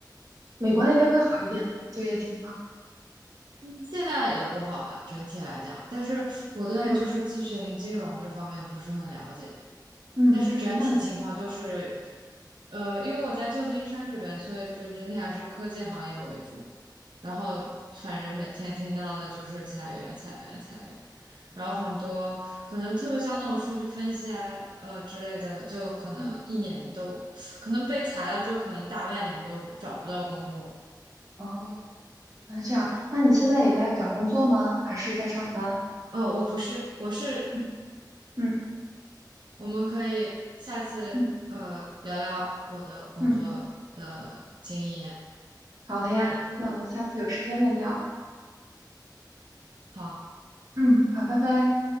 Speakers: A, on the right; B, on the right.
A: 美国那边会好一点吗？就业情况？
B: 嗯现在也不好吧，整体来讲。但是我对就是咨询金融这方面不是很了解。
A: 嗯。
B: 但是整体情况就是，
A: 嗯，那
B: 呃，因为我在旧金山这边，所以就整体还是科技行业为主。然后反正每天听到的就是裁员、裁员、裁员。然后很多可能特别像那种数据分析啊，呃之类的，就可能一年都，
A: 嗯
B: 可能被裁了之后，可能大半年都找不到工作。
A: 哦，那这样，那你现在也在找工作吗？还是在上班？
B: 哦，我不是，我是，
A: 嗯嗯
B: 我们可以下次呃聊聊我的工作的经验。
A: 嗯嗯，好的呀，
B: 我
A: 那我们下次有时间再聊。
B: 好。
A: 嗯，好，拜拜。